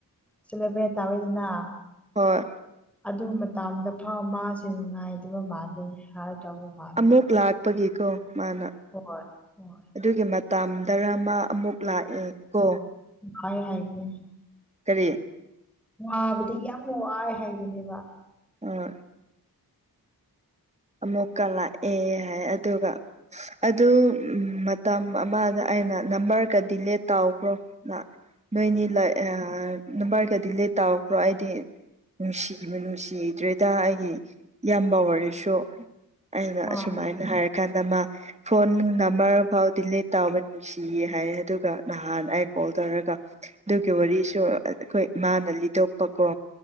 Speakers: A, in the centre; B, on the right.
A: ꯁꯦꯂꯦꯕ꯭ꯔꯦꯠ ꯇꯧꯋꯤꯗꯅ
B: ꯍꯣꯏ
A: ꯑꯗꯨ ꯃꯇꯝꯗ ꯐꯥꯎ ꯃꯥꯁꯦ ꯅꯨꯡꯉꯥꯏꯗꯕ ꯃꯥꯜꯅꯤ ꯍꯥꯔ ꯇꯥꯎꯕ ꯃꯥ
B: ꯑꯃꯨꯛ ꯂꯥꯛꯄꯒꯤꯀꯣ ꯃꯥꯅ
A: ꯍꯣꯏ ꯍꯣꯏ
B: ꯑꯗꯨꯒꯤ ꯃꯇꯝꯗꯔ ꯃꯥ ꯑꯃꯨꯛ ꯂꯥꯛꯑꯦ ꯀꯣ
A: ꯑꯩ ꯍꯥꯏꯒꯦ
B: ꯀꯔꯤ
A: ꯋꯥꯕꯗꯤ ꯌꯥꯝ ꯋꯥꯏ ꯍꯥꯏꯕꯅꯦꯕ
B: ꯑ ꯑꯃꯨꯛꯀ ꯂꯥꯛꯑꯦ ꯍꯥꯏ ꯑꯗꯨꯒ ꯑꯗꯨ ꯃꯇꯝ ꯑꯃꯗ ꯑꯩꯅ ꯅꯝꯕꯔꯒ ꯗꯤꯂꯦꯠ ꯇꯧꯈ꯭ꯔꯣ ꯅ ꯅꯣꯏꯅꯤ ꯂꯩ ꯑ ꯅꯝꯕꯔꯒ ꯗꯤꯂꯦꯠ ꯇꯧꯈ꯭ꯔꯣ ꯑꯩꯗꯤ ꯅꯨꯡꯁꯤꯕ ꯅꯨꯡꯁꯤꯗ꯭ꯔꯦꯗ ꯑꯩꯒꯤ ꯏꯌꯥꯝꯕ ꯑꯣꯏꯁꯨ ꯑꯩꯅ
A: ꯍꯣꯏ
B: ꯑꯁꯨꯃꯥꯏꯅ ꯍꯥꯏꯔ ꯀꯥꯟꯗ ꯃꯥ ꯐꯣꯟ ꯅꯝꯕꯔ ꯐꯥꯎ ꯗꯤꯂꯤꯠ ꯇꯕꯅꯤ ꯁꯤꯌꯦ ꯍꯥꯏꯌꯦ ꯑꯗꯨꯒ ꯅꯍꯥꯟ ꯑꯩ ꯀꯣꯜ ꯇꯧꯔꯒ ꯑꯗꯨꯒꯤ ꯋꯥꯔꯤꯁꯨ ꯑꯩꯈꯣꯏ ꯏꯃꯥꯅ ꯂꯤꯊꯣꯛꯄꯀꯣ